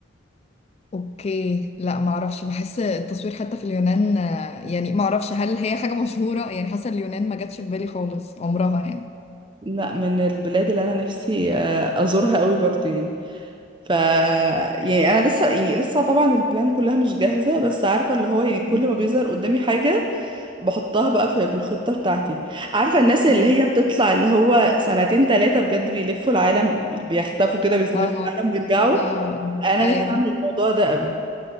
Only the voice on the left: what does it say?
اوكي لا معرفش بحس التصوير حتى في اليونان آه، يعني معرفش هل هي حاجة مشهورة يعني حاسة اليونان ما جاتش في بالي خالص عمرها يعني
مم.
ايوه
اه آه،
آه،
ايوه